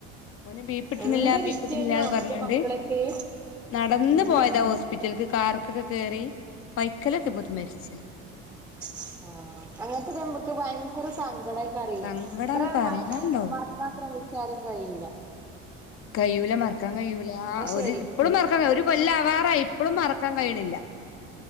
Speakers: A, on the left; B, in the centre.
A: ഓന് <unintelligible>
B: എന്തൊരിഷ്ടേന്നോ
A: പറഞ്ഞോണ്ട്
B: എന്റെ മക്കളൊക്കെ
A: നടന്ന്
B: ഉം
A: പോയതാ ഹോസ്പിറ്റല്ക്ക് <unintelligible> കേറി പൈക്കലക്കെ പോത്ത് മരിച്ച
B: <unintelligible> അങ്ങനത്തെ നമുക്ക് ഭയങ്കര സങ്കട <unintelligible>
A: സങ്കടാണ് പറയാണ്ടോ
B: മറക്കാൻ ശ്രമിച്ചാരും കഴിയില്ല
A: കഴൂല മറക്കാൻ കഴൂല
B: ശരി
A: ഒരു ഇപ്പഴും മറക്കാൻ ഒരു കൊല്ലാവാറായി എപ്പളും മറക്കാൻ കഴിയണില്ല